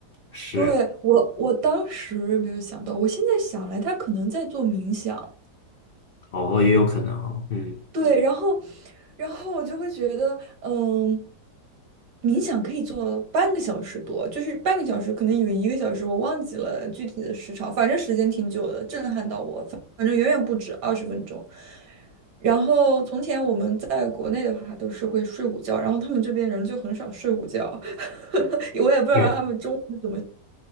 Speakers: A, on the left (about 75°); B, on the right (about 75°).
A: 是
B: 对，我，我当时没有想到，我现在想来，他可能在做冥想。
A: 哦，也有可能哦，嗯，
B: 对，然后，然后我就会觉得，嗯。冥想可以做半个小时多，就是半个小时，可能有一个小时，我忘记了具体的时长，反正时间挺久的，震撼到我，反正远远不止二十分钟。然后从前我们在国内的话都是会睡午觉，然后他们这边人就很少睡午觉，<laughs> 我也不知道他们中午，
A: 对，